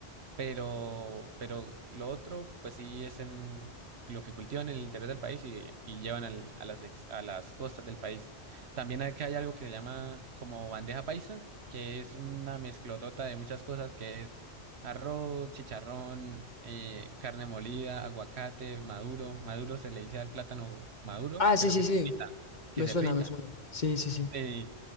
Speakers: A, on the right (about 70°); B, on the left (about 45°).
A: Pero, pero lo otro, pues sí es en lo que cultivan en el interior del país y, y llevan al- a las, ex- a las costas del país. También acá hay algo que se llama como bandeja paisa, que es una mezclotota de muchas cosas, que es arroz, chicharrón, eh, carne molida, aguacate, maduro. Maduro se le dice al plátano maduro,
B: Ah, sí,
A: pero
B: sí,
A: que se
B: sí.
A: frita, que
B: Me
A: se
B: suena,
A: frita.
B: me suena. Sí, sí, sí.
A: Sí.